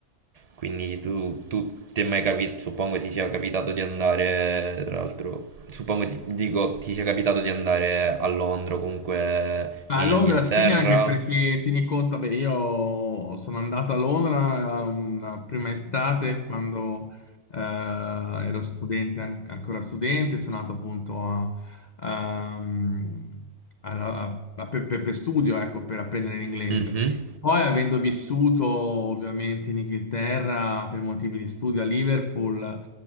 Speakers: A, on the right; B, on the left.
A: Quindi tu, tu ti è mai capito, suppongo ti sia capitato di andare, tra l'altro, suppongo ti, dico, ti sia capitato di andare a Londra o comunque
B: Ma
A: in
B: A Londra
A: Inghilterra?
B: sì, anche perché tieni conto, beh, io sono andato a Londra um, la prima estate quando eh, ero studente, an- ancora studente, sono andato appunto a, um, a- a- a- per, per- per studio, ecco, per apprendere l'inglese.
A: Mhm,
B: Poi avendo vissuto ovviamente in Inghilterra per motivi di studio a Liverpool,